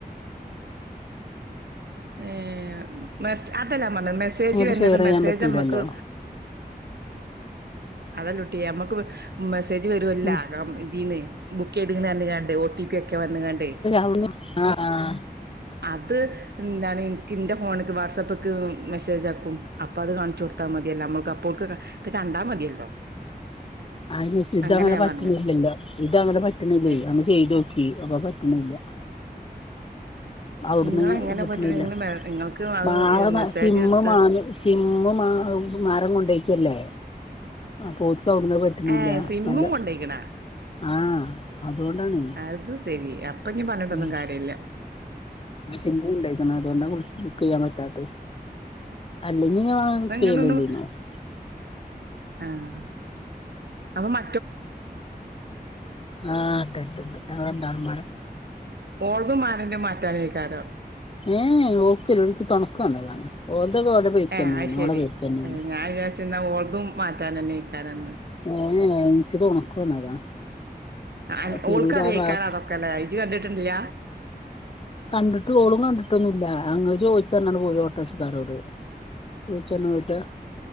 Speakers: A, on the right (about 85°); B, on the left (about 35°).
A: ഏഹ് മെസ് അതല്ലാ ഞാൻ പറഞ്ഞത് മെസ്സേജ്
B: ഇങ്ങോട്ട്
A: വരണത്
B: ഷെയർ ചെയ്യാൻ
A: മെസ്സേജ്
B: പറ്റൂലല്ലോ
A: ഞമ്മക്ക് അതല്ലൂട്ടിയെ ഞമ്മക്ക് മെസ്സേജ് വരുവല്ല
B: ഉം
A: ഇതിന്ന് ബുക്ക് എയ്ത്ക്ക്ണ് പറഞ്ഞ്കാണ്ടേ ഒ ടി പി ക്കെ വന്ന്കാണ്ട്
B: അവിടുന്ന് ആഹ് ആഹ്
A: അത് എന്താണ് ഇനിക്ക് ഇന്റെ ഫോണിക്ക് വാട്സപ്പ്ക്ക് മെസ്സേജാക്കും അപ്പൊ അത് കാണിച്ച് കൊടുത്താൽ മതിയല്ലേ നമ്മക്ക് അപ്പോം ക്ക്‌ ത് കണ്ടാ മതിയല്ലോ
B: ആഹ് ഇതങ്ങനെ
A: അങ്ങനെ ഞാൻ
B: പറ്റ്ണില്ലല്ലോ
A: പറഞ്ഞ്
B: ഇത്ങ്ങനെ പറ്റ്ണില്ലേ
A: ഏ
B: അന്ന് ചെയ്തോക്കി അപ്പൊ പറ്റ്ണില്ല അവ്ട്ന്ന്
A: നിങ്ങള് എങ്ങനെ
B: കിട്ട്ണില്ല
A: പറ്റണെങ്കില് നിങ്ങൾക്ക് അത്
B: ബ
A: മെസ്സേജ്
B: സിമ്മ്
A: എടുത്ത്
B: മാറി സിമ്മ് മാ മാരൻ കൊണ്ടയ്ക്കല്ലേ ക്ക്‌ അവ്ട്ന്ന് പറ്റണില്ല
A: ഏ സിമ്മും
B: നല്ല
A: കൊണ്ടോയിക്കണാ
B: ആഹ് അതുകൊണ്ടാണ്
A: അത് ശെരി അപ്പൊ ഇനി പറഞ്ഞിട്ടൊന്നും
B: ഉം
A: കാര്യല്ല
B: സിമ്മ് ഇണ്ടാരിക്കണം അതുകൊണ്ടാ ബുക്ക് ചെയ്യാൻ പറ്റാത്തെ അല്ലെങ്കി ഞാൻ
A: ഇന്ന്
B: ബുക്ക്
A: ഇങ്ങനൊന്നും
B: <unintelligible>
A: ആഹ് അപ്പ മ
B: ആഹ് കേട്ട്ണ്ട് <unintelligible>
A: ഓളതും മാരന്റെ മാറ്റാനയ്ക്കാരോ
B: ഏഹ് ഓക്കില്ല ഓള് ക്ക് തൊണക്ക്‌ വന്നതാണ് ഓ ഓളെ പേരിക്ക്
A: ഏ
B: ന്നെയാണ്
A: അത് ശരി
B: ഓളെ പേരിക്കന്നെയാണ്
A: ഞാൻ വിചാരിച്ച് ന്നാ ഓൾതും മാറ്റാനന്നേക്കാരംന്ന്
B: ഓനെ എനക്ക് തൊണക്ക് വന്നതാ
A: അ അൻ
B: തിരൂര്
A: ഓൾക്ക്‌ അറിയേക്കാരെ
B: ആ ഭാഗ
A: അതൊക്കെല്ലേ ഇജ് കണ്ടിട്ട്ൺല്ല.
B: കണ്ടിട്ട് ഓളും കണ്ടിട്ടൊന്നുല്ല. അങ്ങള് ചോദിച്ച അറിഞട് പോയി ഓട്ടോറിഷക്കാരോട്. ചോയിച്ച ർഞ് പോയിട്ടാ